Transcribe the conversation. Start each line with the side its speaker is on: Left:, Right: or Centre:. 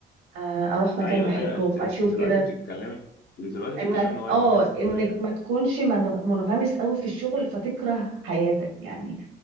Right: آه، اروح مكان
Left: ايوه
Right: بحبه
Left: ايوه انت انت
Right: اشوف
Left: دلوقتي
Right: كده
Left: بتتكلمي دلوقتي
Right: انك
Left: بتتكلمي ان هو
Right: اه
Left: يمارس
Right: انك
Left: هواية
Right: ما تكونش من- منغمس قوي في الشغل فتكره حياتك يعني